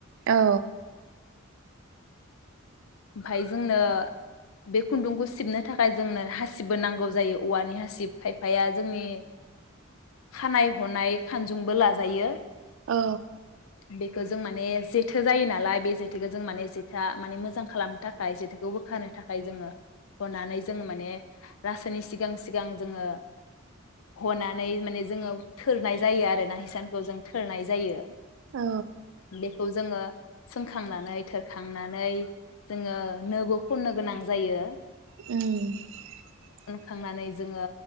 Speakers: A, on the right; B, on the left.
A: औ।
B: ओमफाय जोंनो बे खुन्दुंखौ सिबनो थाखाय जोंनो हासिबबो नांगौ जायो औवानि हासिब खायफाया जोंनि खानाय हनाय खानजुंबो लाजायो।
A: औ।
B: बेखो जों माने जेथो जायो नालाय बे जेथोखौ जों माने जेथोआ माने मोजां खालामनो थाखाय जेथोखौ बोखानो थाखाय जोङो हनानै जोङो माने रासोनि सिगां सिगां जोङो हनानै माने जोङो थोरनाय जायो आरोना हिसानखौ जों थोरनाय जायो।
A: औ
B: बेखौ जोङो सोंखांनानै थोरखांनानै जोङो नोबो खननो गोनां जायो
A: उम।
B: खांनानै जोङो